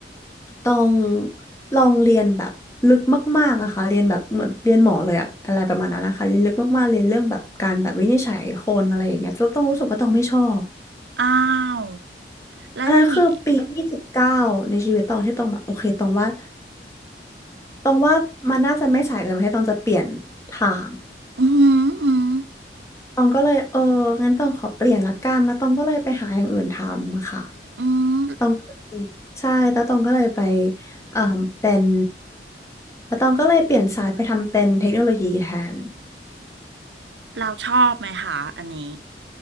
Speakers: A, on the left; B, on the right.
A: ตองลองเรียนแบบลึกมากๆอะค่ะเรียนแบบเหมือนเรียนหมอเลยอะอะไรประมาณนั้นนะคะเรียนลึกมากๆเรียนเรื่องแบบการแบบวินิจฉัยคนอะไรอย่างเงี้ยแล้วตองรู้สึกว่าตองไม่ชอบ
B: อ้าวแล้วอย่างงี้
A: อันนั้นคือปีที่สิบเก้าในชีวิตตองที่ตองแบบโอเคตองว่าตองว่ามันน่าจะไม่สายเกินไปให้ตองจะเปลี่ยนทาง
B: อืมอหืม
A: ตองก็เลยเอองั้นตองขอเปลี่ยนละกันแล้วตองก็เลยไปหาอย่างอื่นทำค่ะ
B: ออืมอหือ
A: ตองก็เลยใช่แล้วตองก็เลยไปเอ่อเป็นแล้วตองก็เลยเปลี่ยนสายไปทำเป็นเทคโนโลยีแทน
B: เราชอบไหมคะอันนี้